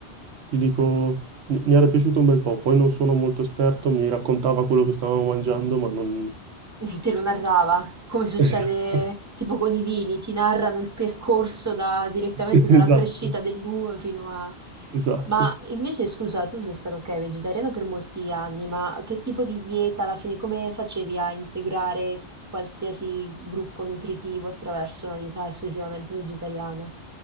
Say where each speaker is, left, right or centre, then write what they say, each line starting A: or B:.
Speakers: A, on the right; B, on the right.
A: ti dico, mi mi era piaciuto un bel po'. Poi non sono molto esperto, mi raccontava quello che stavamo mangiando, ma non...
B: <laughs> Te lo narrava, come succede
A: <laughs> Esatto,
B: tipo con i vini, ti narrano il percorso da- direttamente
A: esatto,
B: dalla crescita dell'uva fino a...
A: esatto.
B: Ma invece, scusa, tu sei stato, ok, vegetariano per molti anni, ma che tipo di dieta alla fine, come facevi a integrare qualsiasi gruppo nutritivo attraverso una dieta esclusivamente vegetariana?